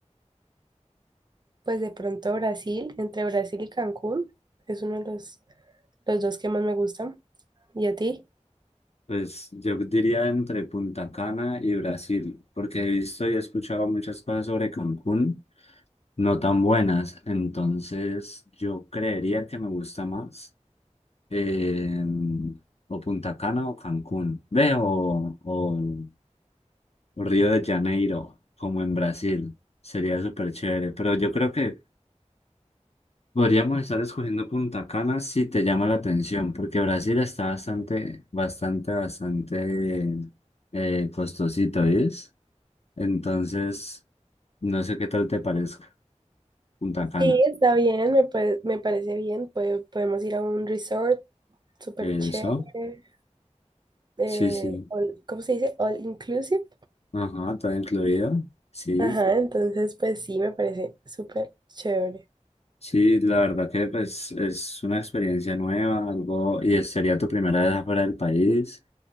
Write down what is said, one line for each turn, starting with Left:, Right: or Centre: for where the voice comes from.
Right: Pues de pronto Brasil, entre Brasil y Cancún, es uno de los, los dos que más me gustan. ¿Y a ti?
Left: Pues yo diría entre Punta Cana y Brasil, porque he visto y he escuchado muchas cosas sobre Cancún, no tan buenas, entonces yo creería que me gusta más eh, o Punta Cana o Cancún, ve, o, o- o Río de Janeiro, como en Brasil, sería súper chévere, pero yo creo que Podríamos estar escogiendo Punta Cana si te llama la atención, porque Brasil está bastante, bastante, bastante eh, costosito, ¿ves? Entonces, no sé qué tal te parezca Punta Cana.
Right: Sí, está bien, me, puede- me parece bien. Puede- podemos ir a un resort súper
Left: Eso,
Right: chévere. eh,
Left: sí, sí.
Right: all- ¿cómo se dice? All inclusive.
Left: Ajá, está incluido. Sí,
Right: Ajá, entonces pues sí, me parece súper chévere.
Left: sí, la verdad que pues, es una experiencia nueva, algo, y sería tu primera vez afuera del país.